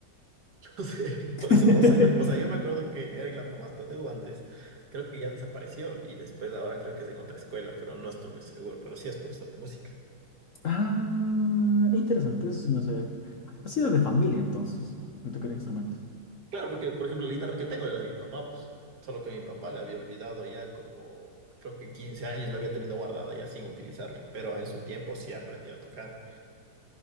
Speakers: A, on the right; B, on the left.
A: Entonces, <laughs>
B: <laughs>
A: por eso no sé. O sea, yo me acuerdo que era en la Tomás Tadeu antes. Creo que ya desapareció y después ahora creo que es en otra escuela, pero no estoy muy seguro, pero sí es profesor de música.
B: Ah, interesante, eso sí no sabía. Ha sido de familia entonces, el tocar instrumentos.
A: Claro, porque por ejemplo la guitarra que tengo era de mi papá, pues, solo que mi papá la había olvidado ya como, creo que 15 años la había tenido guardada ya sin utilizarla, pero en su tiempo sí aprendí a tocar